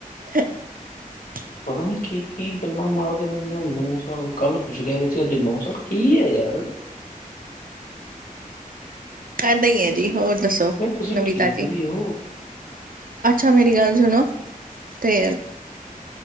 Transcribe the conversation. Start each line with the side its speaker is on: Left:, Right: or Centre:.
Right: ਸ
Left: ਪਤਾ ਨੀ ਕੀ ਕੀ ਗੱਲਾਂ ਮਾਰਦੇ ਰਹਿੰਦੇ ਉਹ ਨੌ ਸਾਲ ਕੱਲ੍ਹ ਕੁੱਛ ਕਹਿ ਰਹੇ ਸੀ ਅੱਜ ਨੌ ਸਾਲ ਕੀ, ਹੈ ਯਾਰ
Right: ਏਦਾਂ ਹੀ
Left: ਤੁਸੀਂ
Right: ਹੈ ਜੀ, ਹੋਰ ਦੱਸੋ,
Left: ਮੈਂ ਤੁਸੀਂ
Right: ਨਵੀ
Left: ਠੀਕ
Right: ਤਾਜੀ
Left: ਵੀ ਹੋ
Right: ਅੱਛਾ ਮੇਰੀ ਗੱਲ ਸੁਣੋ ਤੇ।